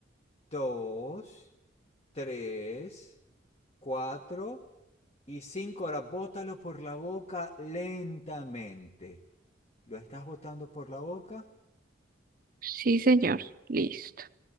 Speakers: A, on the left; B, on the right.
A: 2, 3, 4 y 5. Ahora bótalo por la boca lentamente. ¿Lo estás botando por la boca?
B: sí, señor, listo.